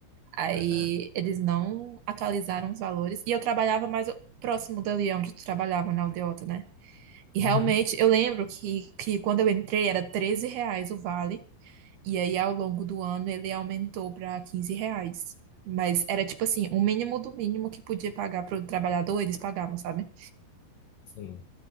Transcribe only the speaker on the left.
Pois é.
Uhum,
sim.